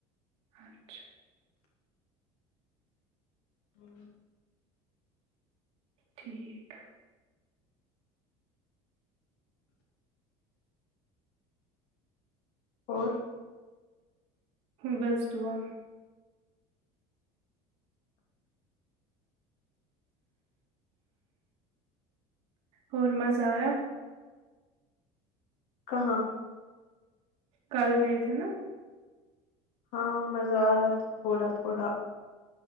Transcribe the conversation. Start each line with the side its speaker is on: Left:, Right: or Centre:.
Right: اچھا
Left: ہوں
Right: ٹھیک
Left: اور
Right: بس دعا اور مزہ آیا
Left: کہاں
Right: کل گئے تھے نا
Left: ہاں مزہ آیا تھا تھوڑا تھوڑا